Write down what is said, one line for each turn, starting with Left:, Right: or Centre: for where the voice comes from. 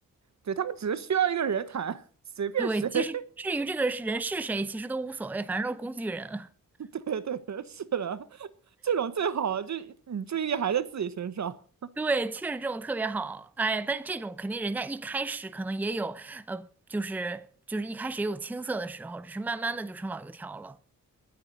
Right: 对，他们只是需要一个人谈，<laughs> 随便谁。
Centre: 对，其实至于这个是人是谁，
Right: <laughs>
Centre: 其实都无所谓，反正都是工具人。
Right: 对对，是的，这种最好，就你注意力还在自己身上，
Centre: 对，确实这种特别好。哎但这种肯定人家一开始可能也有，呃，就是就是一开始也有青涩的时候，只是慢慢的就成老油条了。